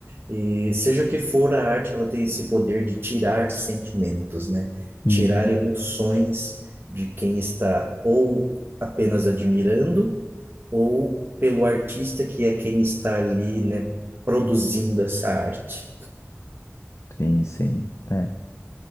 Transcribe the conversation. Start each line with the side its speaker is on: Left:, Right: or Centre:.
Right: E seja o que for a arte, ela tem esse poder de tirar sentimentos, né?
Left: Uhum.
Right: Tirar emoções de quem está ou apenas admirando, ou pelo artista que é quem está ali, né, produzindo essa arte.
Left: Sim, sim. É.